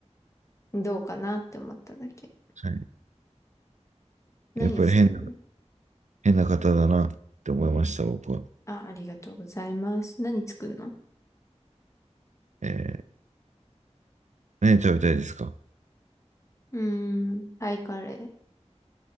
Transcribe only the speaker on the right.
はい。
やっぱり変な、変な方だなって思いました、僕は。
えー何食べたいですか